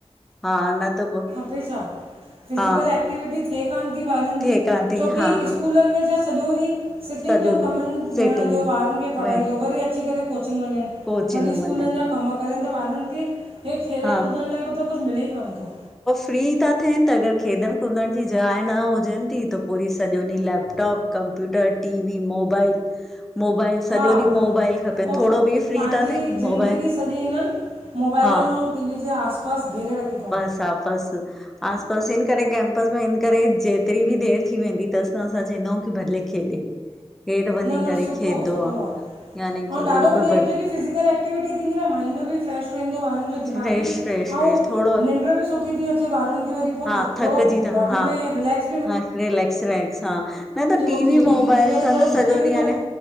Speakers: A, in the centre; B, on the right.
A: हा न त पोइ
B: पे छा फिज़िकल
A: हा
B: एक्टिविटी थिए कोन थी ॿारनि जी
A: थिए कान थी
B: छोकी
A: हा
B: स्कूलनि
A: हा
B: में त सॼो ॾींह सिटिंग
A: सॼो
B: जो
A: ॾींहुं
B: कमनि वेहण
A: सिटिंग
B: जो ॿारनि खे पढ़ाई
A: वेण
B: जो वरी अची करे कोचिंग वञन
A: कोचिंग
B: वरी स्कूलनि
A: वञनि
B: जा कम करनि त ॿारनि खे हे खेलण
A: हा
B: कुॾण लाइ को त कुछ मिले कान थो।
A: फ्री था थियन त अगर खेॾण कुदण जी जाइ न हुजन थी त पोइरी सॼो ॾींह laptop computer, T V, mobile. Mobile सॼो
B: हा
A: ॾींहुं मोबाइल खपनि
B: उ
A: थोरो बि फ्री
B: पंहिंजी
A: था थियनि
B: ज़िंदगी
A: मोबाइल
B: सॼी हिनन मोबाइल
A: हा
B: ऐं अऊं टी वी जे आसपास घेरे रखी अथऊं।
A: शाबस आस पास हिन करे कैंपस में हिन करे जेतिरी भी देर थी वेंदी अथस त असां चवंदा आहियूं की भले खेॾे। हेठि वञी
B: न
A: करे
B: -न सुठो
A: खेॾंदो
B: -सुठो
A: आहे
B: आ ऐं
A: यानी की
B: ॾाढो
A: बिल्कुलु
B: बढ़िया आहे जे की फिज़िकल एक्ट ए्टिविटीं थीदी न माइड बि फ्रेश रहंदो ॿार जो। दिमाग
A: फ्रेश
B: भी
A: फ्रेश फ्रेश
B: अऊं
A: थोरो
B: नीॾ भी सुठी थी अचे ॿार खे वरी पो
A: हा
B: थोणो
A: थकिजी था
B: बोडी
A: हा
B: में रिलेक्स भी
A: हा रिलेक्स- रिलेक्स हा न त
B: की उहो
A: टीवी
B: खेॾी
A: मोबाइल
B: कुदी करे
A: सां
B: थोरो थके
A: सॼो
B: बि
A: ॾिह यानी
B: थो